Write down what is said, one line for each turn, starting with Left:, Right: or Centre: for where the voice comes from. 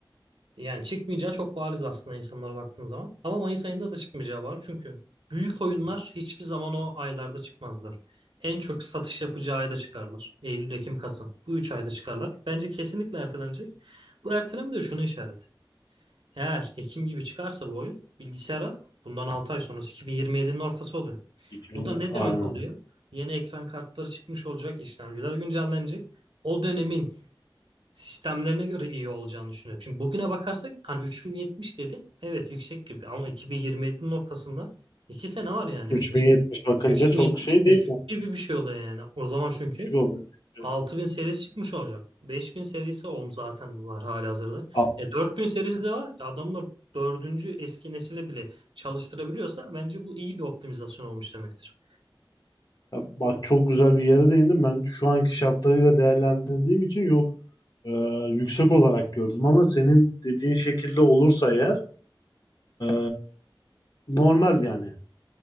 Right: Yani çıkmayacağı çok bariz aslında insanlara baktığın zaman. Ama Mayıs ayında da çıkmayacağı var. Çünkü büyük oyunlar hiçbir zaman o aylarda çıkmazlar. En çok satış yapacağı ayda çıkarlar. Eylül, Ekim, Kasım. Bu üç ayda çıkarlar. Bence kesinlikle ertelenecek. Bu erteleme de şunu işaret. Eğer Ekim gibi çıkarsa bu oyun bilgisayara bundan 6 ay sonrası 2027'nin ortası oluyor.
Left: 2000,
Right: Bu da ne
Left: aynen.
Right: demek oluyor? Yeni ekran kartları çıkmış olacak, işlemciler güncellenecek. O dönemin sistemlerine göre iyi olacağını düşünüyorum. Şimdi bugüne bakarsak hani 3070 dedi. Evet yüksek gibi ama 2027'nin ortasında 2 sene var yani
Left: üç
Right: yaklaşık.
Left: bin yetmiş bakınca
Right: 3070
Left: çok şey değil
Right: düşük
Left: mi?
Right: gibi bir şey oluyor yani. O zaman çünkü
Left: Düşük oluyor. Çünkü-
Right: 6000 serisi çıkmış olacak. 5000 serisi olm zaten var halihazırda.
Left: Aa,
Right: E 4000 serisi de var. E, Adamlar dördüncü eski nesile bile çalıştırabiliyorsa bence bu iyi bir optimizasyon olmuş demektir.
Left: Bak çok güzel bir yere değindim. Ben şu anki şartlarıyla değerlendirdiğim için yok e, yüksek olarak gördüm ama senin dediğin şekilde olursa eğer e, normal yani.